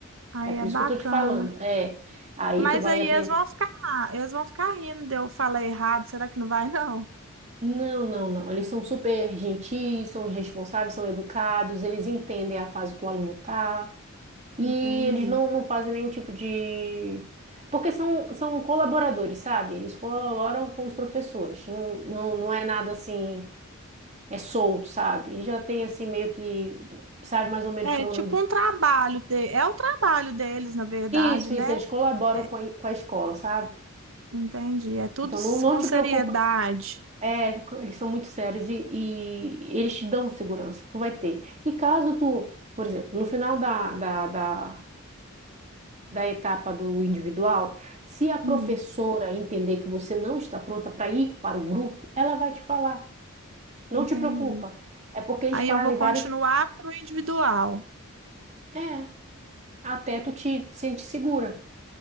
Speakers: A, on the right; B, on the right.
A: Aí
B: É por
A: é
B: isso
A: bacana.
B: que eu tô te falando. É. Aí
A: Mas
B: tu vai
A: aí
B: aprender.
A: eles vão ficar, eles vão ficar rindo de eu falar errado. Será que não vai, não?
B: Não, não, não. Eles são super gentis, são responsáveis, são educados, eles entendem a fase que o aluno tá.
A: Entendi.
B: E eles não, não fazem nenhum tipo de. Porque são, são colaboradores, sabe? Eles colaboram com os professores. Não, não, não é nada assim, é solto, sabe? Eles já têm assim meio que, sabe mais ou menos
A: É
B: por
A: tipo
B: onde.
A: um trabalho de, é o trabalho deles, na verdade,
B: Isso,
A: né?
B: isso, eles colaboram
A: É,
B: com a, com a escola, sabe?
A: entendi. É tudo
B: Então
A: s-
B: não, não
A: com
B: te
A: seriedade.
B: preocupa. É, eles são muito sérios e, e eles te dão segurança, tu vai ter. E caso tu, por exemplo, no final da, da, da da etapa do individual, se a professora
A: Hum,
B: entender que você não está pronta para ir para o grupo, ela vai te falar. Não
A: entendi.
B: te preocupa. É porque eles
A: Aí
B: fazem
A: eu vou continuar
B: vários.
A: no individual
B: É, até tu te sentir segura.